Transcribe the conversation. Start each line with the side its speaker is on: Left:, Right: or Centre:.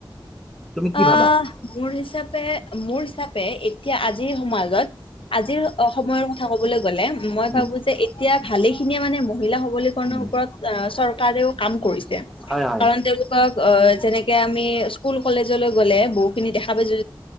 Centre: তুমি কি
Left: অ
Centre: ভাবা
Left: মোৰ হিচাপে মোৰ হিচাপে এতিয়া আজিৰ সমাজত আজিৰ অ সময়ৰ কথা ক'বলৈ গলে মই
Centre: উম,
Left: ভাবো যে এতিয়া ভালে খিনিয়ে মানে মহিলা সবলীকৰণৰ
Centre: উম,
Left: ওপৰত আ চৰকাৰেও কাম কৰিছে,
Centre: হয় হয়
Left: কাৰণ তেওঁলোকক যেনেকে আমি স্কুল কলেজলৈ গলে বহুখিনি দেখা পাইছো